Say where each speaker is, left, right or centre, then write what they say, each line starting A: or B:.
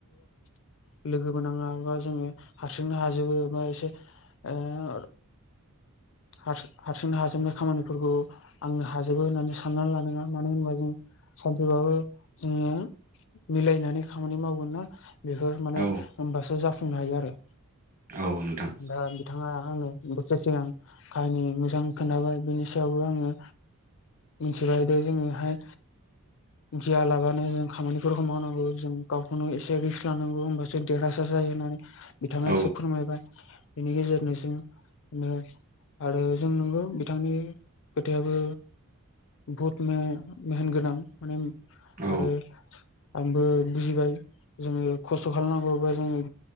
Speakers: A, on the left; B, on the right.
A: <unintelligible> लोगोबो नाङाबा जोङो हारसिंनो हाजोबो बा एसे आ हार हारसिंनो हाजोबनाय खामानिफोरखौ आंनो हाजोबो होननानै साननानै लानाङा मानो होनबा जों सानसेबाबो जोङो मिलायनानै खामानि मावगोन ना बेफोर माने
B: औ
A: होनबासो जाफुंनो हायो आरो
B: नोंथां
A: दा बिथाङा आंनो बोसोर सिगां खाहानि मोजां खोन्थाबाय बिनि सायावबो आङो मिथिबाय दे जोङोहाय गिया लाबानो जों खामानिफोरखौ मावनांगौ जों गावखौनो एसे रिस्क लानांगौ होमबासो देरहासार जायो होननानै बिथाङा
B: औ
A: एसे फोरमायबाय बिनि गेजेरनोसिं ने आरो जों नंगौ बिथांनि खोथायाबो बहुतने मेहनगोनां माने
B: औ
A: आरो आंबो बुजिबाय जोङो खस्थ' खालामनांगौबा जोङो